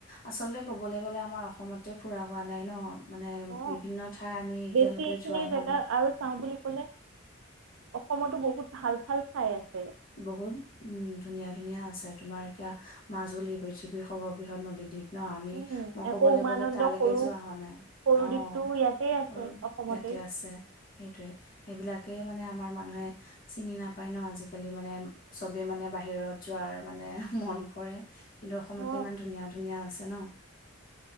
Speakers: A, on the left; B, on the right.
A: আচলতে কবলৈ গ'লে আমাৰ অসমতে ফুৰা হোৱা নাই ন মানে
B: অ
A: বিভিন্ন ঠাই আমি এতিয়ালৈকে
B: বেছি এইখিনি
A: যোৱাই
B: জেগা
A: হোৱা নাই
B: আৰু চাওঁ বুলি ক'লে অসমতো বহুত ভাল ভাল খাই আছে
A: বহুত উম ধুনীয়া ধুনীয়া আছে তোমাৰ এতিয়া মাজুলী পৃথিৱীৰ সৰ্ববৃহৎ নদীদ্বীপ ন আমি
B: উম,
A: মই ক'বলৈ
B: আকৌ উমানন্দ
A: গ'লে তালৈকে
B: সৰু
A: যোৱা হোৱা নাই
B: সৰু
A: অ
B: দ্বীপটো ইয়াতে আছে
A: সৰু
B: অসমতে।
A: ইয়াতে আছে সেইটয়ে সেইবিলাক তাকে মানে আমাৰ মানুহে চিনি নাপায় ন আজিালি মানে চবে মানে বাহিৰত যোৱাৰ মানে মন কৰে কিন্তু অসমতে
B: অ
A: ইমান ধুনীয়া ধুনীয়া আছে ন